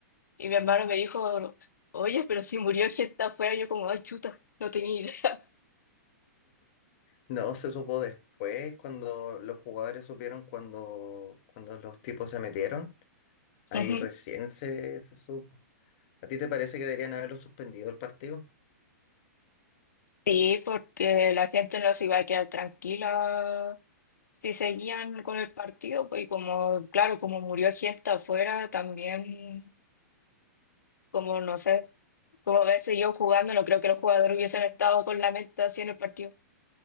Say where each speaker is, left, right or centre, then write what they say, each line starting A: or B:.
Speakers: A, on the left; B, on the left.
A: Y mi hermano me dijo, oye, pero si murió gente afuera, yo como, ay, chuta, no tenía idea.
B: No se supo después, cuando los jugadores supieron cuando, cuando los tipos se metieron. Ahí
A: <laughs>
B: recién se, se supo. ¿A ti te parece que deberían haberlo suspendido el partido?
A: Sí, porque la gente no se iba a quedar tranquila si seguían con el partido, pues y como, claro, como murió gente afuera, también, como no sé, como haber seguido jugando, no creo que los jugadores hubiesen estado con la mente así en el partido.